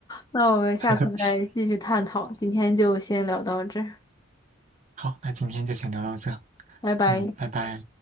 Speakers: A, on the left; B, on the right.
A: 那我们下次再继续探讨，
B: <laughs>
A: 今天就先聊到这儿，
B: 好，那今天就先聊到这。
A: 拜拜。
B: 嗯，拜拜。